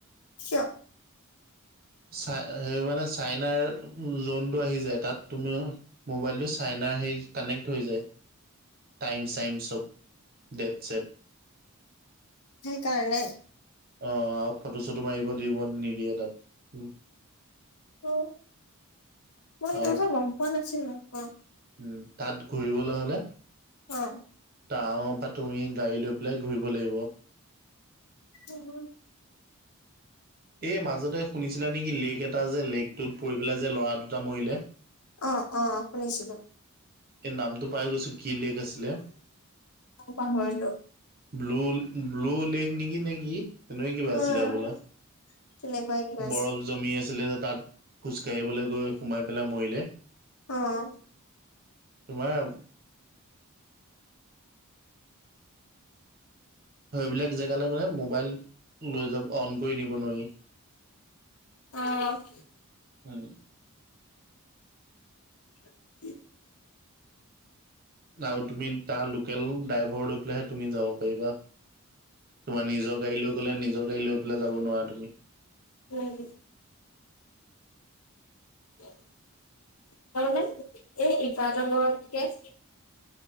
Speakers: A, on the left (about 80°); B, on the right (about 45°).
A: কিয়
B: চাই সেই মানে চাইনাৰ যোন- টো আহি যায় তাত তুমি মোবাইল টো চাইনাৰ হে কানেক্ট হৈ যায়। টাইম চাইম চব ডেত চেট।
A: সেই কাৰণে
B: অ আৰু ফটো চটো মাৰিব দিব নিদিয়ে তাত।
A: অ মই সেইটো
B: আৰু
A: কথা গম পোৱা নাছিলোঁ অ।
B: উম তাত ঘুৰিবলৈ হলে
A: অ
B: টাউন পৰা তুমি গাড়ী লৈ- পেলাই ঘূৰিব লাগিব।
A: অহঁ
B: এই মাজতে শুনিছিলা নেকি লেক এটা যে লেকটোত পৰি পেলাই যে ল'ৰা দুটা মৰিলে।
A: অঁ অঁ শুনিছিলো।
B: এই নামটো পাহৰি গৈছো কি লেক আছিলে।
A: পাহৰিলো
B: ব্ল ব্লু লেক নেকি নেকি নে কিবা আছিলে
A: অ
B: হ'বলা।
A: তেনেকুৱাই। কিবা আছিল
B: বৰফ জমি আছিলে যে তাত খোজকাঢ়িবলৈ গৈ সোমাই পেলাই মৰিলে।
A: অঁ,
B: তোমাৰ। সেইবিলাক জেগালৈ মানে মোবাইল লৈ যাব অন কৰি নিব নোৱাৰি।
A: অহ।
B: হুম।
A: <unintelligible>
B: আৰু তুমি তাৰ লোকেল ড্ৰাইভৰ লৈ পেলাইহে তুমি যাব পাৰিবা। তোমাৰ নিজৰ গাড়ী লৈ গলে নিজৰ গাড়ী লৈ পেলাই যাব নোৱাৰা তুমি।
A: উম তাৰবাবে এই এফালৰ ঘৰতকে